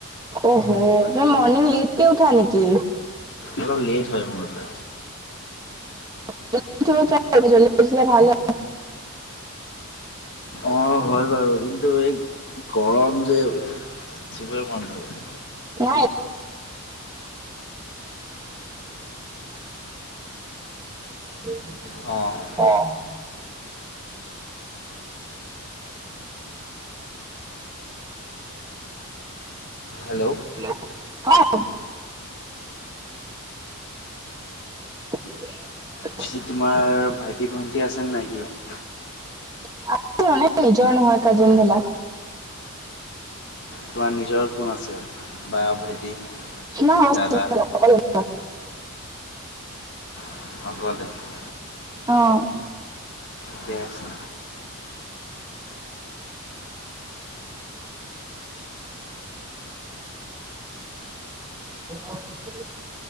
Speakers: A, on the right (about 15°); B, on the left (about 55°).
A: অহ', তুমি মানে লেটকে উঠা নেকি?
B: অলপ লেট হয়, মোৰ উঠা।
A: <unintelligible>
B: অ', হয় বাৰু। কিন্তু এই গৰম যে, উঠিবই মন নযায়।
A: নাই <unintelligible>
B: অ'।
A: অ'।
B: হেল্ল'।
A: হেল্ল' অ'। <unintelligible>
B: পিছে তোমাৰ ভাইটি ভণ্টি আছেনে নাই, কিবা?
A: <unintelligible> নিজৰ নহয় কাজেন বিলা।
B: তোমাৰ নিজৰ কোন আছে বা ভাইটি
A: না
B: দাদা
A: অকলে ম
B: <unintelligible>
A: অ'
B: ঠিকে আছে।
A: <unintelligible>